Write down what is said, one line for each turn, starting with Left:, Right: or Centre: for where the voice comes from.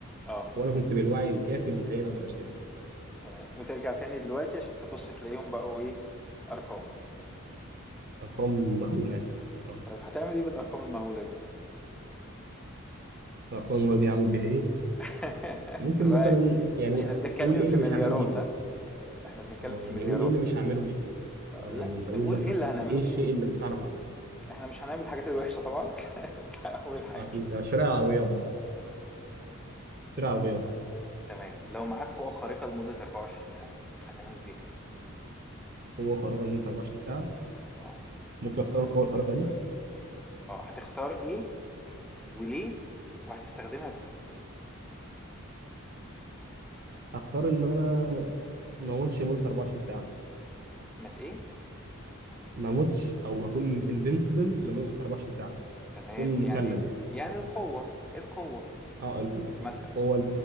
Centre: آه،
Right: ولا كنت بالوعي الكافي اللي يخليني اقدر اشتريها
Centre: تمام، وترجع تاني دلوقتي عشان تبُص تلاقيهم بقوا إيه، أرقام.
Right: ارقام مهوله يعني اه
Centre: طيب هتعمل إيه بالأرقام المهولة دي؟
Right: الارقام المهوله دي هعمل بيها ايه؟
Centre: <laughs>
Right: ممكن
Centre: أنت بقى
Right: مثلا يعني
Centre: إحنا بنتكلم
Right: قول ايه
Centre: في
Right: اللي
Centre: مليارات،
Right: مش هعمله بيهم
Centre: ها، آه، إحنا بنتكلم
Right: اه
Centre: في
Right: يعني
Centre: مليارات.
Right: قول ايه اللي مش هعمله بيهم اه
Centre: لأ،
Right: يعني انت
Centre: نقول
Right: قول مثلا
Centre: إيه اللي هنعمله
Right: ايه
Centre: بيهم،
Right: الشيء اللي مش هعرف اعمله
Centre: إحنا مش هنعمل الحاجات الوحشة طبعًا <laughs> ده أول حاجة.
Right: اه، اكيد ده شراء العربيات بس اه، شراء العربيات
Centre: تمام، لو معاك قوة خارقة لمدة 24 ساعة، هتعمل بيها إيه؟
Right: قوة خارقة لمدة 24 ساعة
Centre: آه،
Right: ممكن اختار القوة الخارقة دي
Centre: آه، هتختار إيه وليه وهتستخدمها في إيه؟
Right: هختار ان انا ما اموتش لمدة 24 ساعة
Centre: مت إيه؟
Right: ما اموتش او اكون انفنسبل لمدة 24 ساعة
Centre: تمام،
Right: اكون مخلد
Centre: يعني
Right: يعني
Centre: يعني
Right: 24
Centre: القوة
Right: ساعة
Centre: القوة
Right: اه ال-
Centre: مثلًا،
Right: القوة